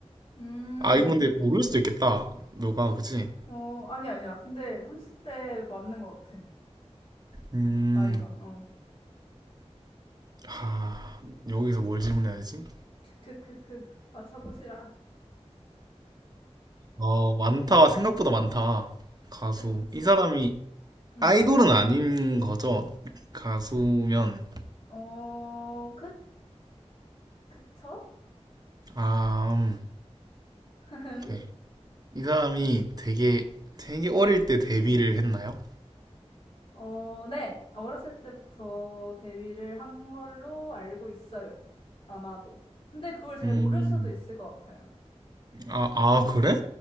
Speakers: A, on the left; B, on the right.
A: 음.
B: 아, 이건 근데 모를 수도 있겠다. 너가, 그치?
A: 어, 아니, 아니야. 근데 30대 맞는 것 같아.
B: 음,
A: 나이가. 어.
B: 하, 여기서 뭘 질문해야 되지?
A: 크크크크. 맞춰보시라.
B: 어, 많다. 생각보다 많다. 가수.
A: 그치?
B: 이 사람이
A: 음.
B: 아이돌은 아닌 거죠? 가수면.
A: 어, 그쵸? 그쵸?
B: 아, 음,
A: <laughs>
B: 오케이. 이 사람이 되게, 되게 어릴 때 데뷔를 했나요?
A: 어, 네. 어렸을 때부터 데뷔를 한 걸로 알고 있어요. 아마도. 근데 그걸 잘
B: 음,
A: 모를 수도 있을 것 같아요.
B: 아, 아, 그래?